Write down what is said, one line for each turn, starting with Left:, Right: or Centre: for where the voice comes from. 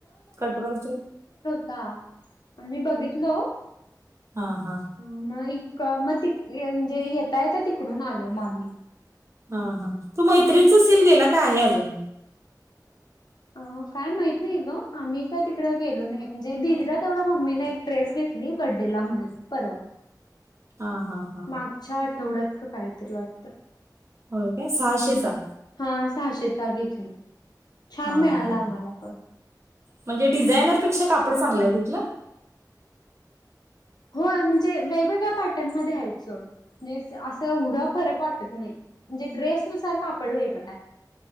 Right: कटवर
Left: का मी बघितलो
Right: हा हा
Left: मग इक मग त म्हणजे येता येत तिकडून आलो म आम्ही.
Right: हा हा तो मैत्रीणचा सेल गेला का आहे अजून?
Left: अ काय माहित नाही ग आम्ही काय तिकडें गेलो नाही म्हणजे दीदीला तेवढा मम्मी ना एक ड्रेस घेत दि बड्डे ला म्हणून परवा
Right: हा हा हा
Left: मागच्या आठवड्यात का कायतरी वाटतं.
Right: हो का सहाशेचा.
Left: हा सहाशेचा घेतली. छान
Right: हा
Left: मिळाला
Right: हा ह
Left: आम्हाला पण
Right: म्हणजे डिझायनरपेक्षा कापड चांगलंय तिथलं.
Left: हो म्हणजे वेगवेगळ्या पॅटर्नमध्येध्ये आहेत सोड म्हजें अस एवढा फरक वाटत नाही म्हणजे ड्रेस नुसार कापड वेगळा आहे.